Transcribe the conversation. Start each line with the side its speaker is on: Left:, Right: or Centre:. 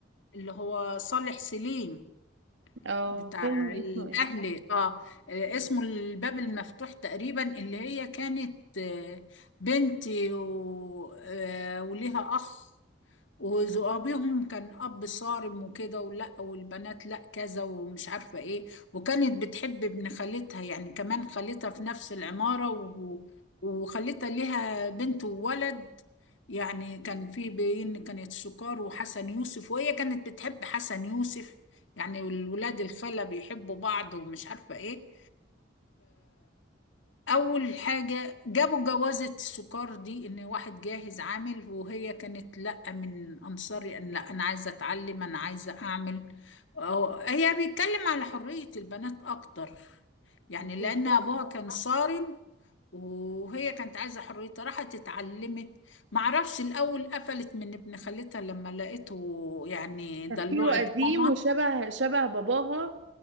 Left: اللي هو صالح سليم
Right: اه
Left: بتاع
Right: فيلم اسمه
Left: الأهلي
Right: ايه
Left: اه آه، اسمه الباب المفتوح تقريبا اللي هي كانت آه، بنت و... آه، وليها أخ وأبيهم كان أب صارم وكده ولا والبنات لا كذا ومش عارفة إيه وكانت بتحب ابن خالتها يعني كمان خالتها في نفس العمارة و... وخالتها ليها بنت وولد يعني كان في بين كانت سكار وحسن يوسف وهي كانت بتحب حسن يوسف يعني والولاد الخالة بيحبوا بعض ومش عارفة إيه اول حاجه جابوا جوازه السكر دي ان واحد جاهز عامل وهي كانت لا من انصاري ان لا انا عايزه اتعلم انا عايزه اعمل أهو هي بيتكلم على حريه البنات اكتر يعني لان
Right: بالظبط
Left: ابوها كان صارم وهي كانت عايزه حريتها راحت اتعلمت معرفش الاول قفلت من ابن خالتها لما لقيته يعني
Right: تفكيره
Left: دلوعت
Right: قديم
Left: ماما
Right: وشبه شبه باباها